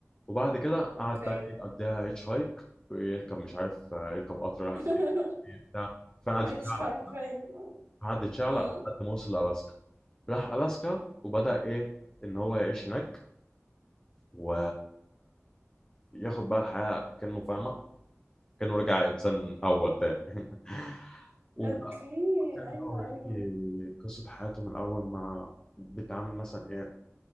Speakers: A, on the left (about 20°); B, on the right (about 65°).
A: وبعد كده
B: اوكي
A: قعد بقى ايه يقضيها هيتش هايك يركب مش عارف آه، يركب قطر رايح
B: <laughs>
A: فين مش عارف إيه بتاع فانا
B: ماشي
A: قعد يتشعلق
B: حرفيا
A: كده
B: اه
A: قعد يتشعلق
B: أمم.
A: لحد ما وصل لألاسكا راح ألاسكا وبدأ إيه إن هو يعيش هناك و ياخد بقى الحياة كأنه فاهمة كأنه رجع إنسان أول تاني <laughs> وبقى
B: اوكي
A: بيكتمل
B: ايوه
A: بقى ويوريكي
B: ايوه
A: قصة حياته من أول ما بيتعامل مثلا إيه